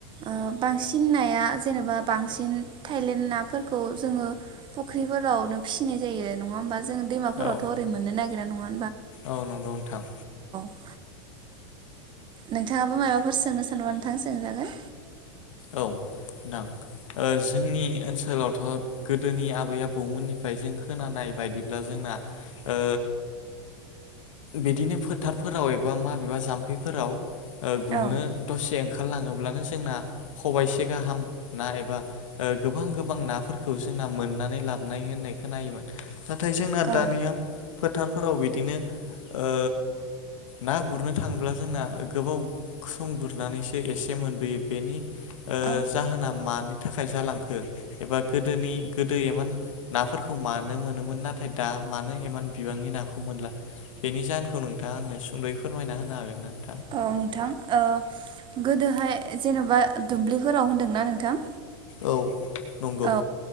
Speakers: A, on the right; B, on the left.
A: ओ बांसिन नाया जेनेबा बांसिन थाइलेन्ड नाफोरखौ जोङो फुख्रिफोरावनो फिसिनाय जायो, नङा होमबा? जोंङो दैमाफोरावथ'
B: औ
A: ओैनो मोननो नागि <unintelligible>
B: औ नंगौ नोंथां।
A: ओ नोंथाङाबो माबाफोर सोंनो सानबा नोथां सोंजागोन।
B: औ नों ओ जोंनि ओनसोलावथ' गोदोनि आबै-आबौमोननिफ्राय जों खोनानाय बायदिब्ला जोंना ओ बिदिनो फोथारफोराव एबा माबेबा जाम्फैफोराव ओ गुरनो
A: औ
B: दसे ओंखारलाङो ब्लानो जोंना खबाइसे गाहाम ना एबा ओ गोबां-गोबां नाफोरखौ जोंना मोननानै लाबनाय होननाय खोनायोमोन। नाथाय जोंना
A: औ
B: दानिया <inaudible> फोथारफोराव बिदिनो ओ ना गुरनो थाङोब्ला जोंना गोबाव सम गुरनानैसो एसे मोनबोयो। बेनि ओ
A: औ
B: जाहोना मानि थाखाय जालांखो एबा गोदोनि गोदो एबा एमान नाफोरखौ मानो मोनोमोन। नाथाय दा मानो एमान बिबांनि नाखौ मोनला बेनि जाहोनखौ नोंथाङा आंनो सुंद'यै फोरमायना होनो हागोनना?
A: औ नोंथां ओ गो गोदोहाय जेन'बा दुब्लिफोराव होनदोंना नोंथां?
B: औ नंगौ
A: औ